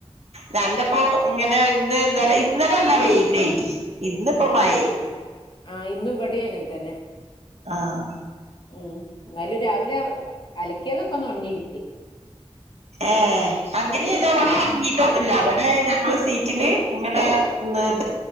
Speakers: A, on the right (about 75°); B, on the left (about 50°).
A: നല്ല പ്പോ ഇങ്ങനെ ഇന്ന് ഇന്നലെ ഇന്നലെല്ല വെയില് ഇന്നിപ്പോ മയേം
B: ആഹ് ഇന്ന് ഇവിടെയും അങ്ങനെ തന്നെ
A: ആഹ്
B: ഉം ന്നാലും രാവിലെ അലക്കിയതൊക്കെ ഒന്ന് ഒണങ്ങി കിട്ടി
A: ഏയ് അങ്ങനെ ഇതവടെ
B: ഉം.
A: <unintelligible> ന്നുല്ല അവടേ ഞങ്ങള് സീറ്റില് ഇങ്ങനെ <unintelligible>